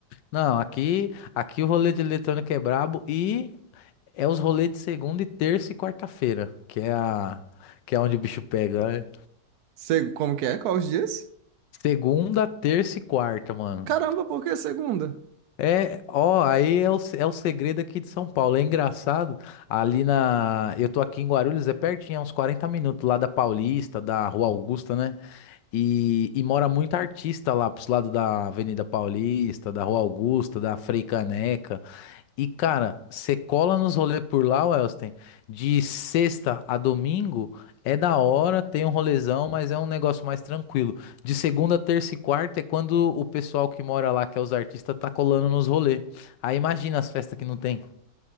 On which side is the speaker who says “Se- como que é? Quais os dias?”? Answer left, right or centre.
Right